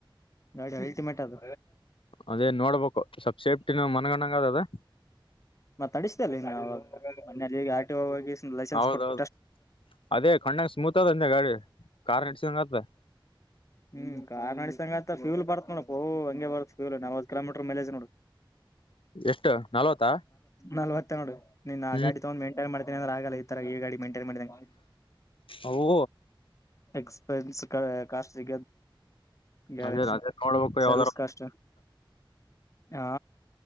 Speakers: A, on the left; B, on the left.
A: ನೋಡಿ ಅಲ್ಟಿಮೇಟ್ ಅದ್
B: ಅದೇ ನೋಡ್ಬೇಕು ಸ್ವಲ್ಪ್ ಸೇಫ್ಟಿನ ಮನ್ಗಣಂಗ ಅದ ಅದ
A: ಮತ್ತತ್ ಅಡಿಸತೇಲ್ಲಿ ನಾವು ಮೊನ್ನೆ ಆರ್ ಟಿ ಓ ಗೆ ಹೋಗಿ ಲೈಸೆನ್ಸ್
B: ಹೌದೌದು
A: ಕೊಟ್ಟ
B: ಅದೇ ಕಣ್ಣಂಗ ಸ್ಮೂತ್ ಅದ ಅಂದೆ ಗಾಡಿ ಕಾರ್ ನಡ್ಸಿದಂಗ ಆತ
A: ಹ್ಮ್ ಕಾರ್ ಅಡಸಂಗತ್ತ ಫ್ಯೂಲ್ ಬರ್ತನೋಡ ಪೋ ಇಂಗ ಬರುತ್ತ ಫ್ಯೂಲ್ ನಲವತ್ತು ಕಿಲೋಮೀಟರ್ ಮೇಲೆ ಇದೇ ನೋಡು
B: ಎಷ್ಟು ನಲ್ವತ್ತಾ
A: ನಲವತ್ತು ನೋಡು ನೀನ್ ಆಗಾ
B: ಹ್ಮ್
A: ತಗೊಂಡ್ ಮೈಂಟನ್ ಮಾಡ್ತನಿ ಅ್ರಂದೇ ಆಗಲ್ಲ ಈ ತರ ಈಗಾಡಿ ಮೈಂಟ ಮೇಂಟೈನ್ ಮಾಡಿದಾಗೆ
B: ಅವು
A: ಎಕ್ಸ್ಪೆನ್ಸ್ಕ ಕಾಸ್ಟ್ಲಿ ಗ್ಯಾರಜ್
B: ಅದೇ ಅದೇ ನೋಡ್ಬೇಕು
A: ಸರ್ವಿಸ್
B: ಯಾವ್ದಾರ
A: ಕಷ್ಟ್ ಹಾ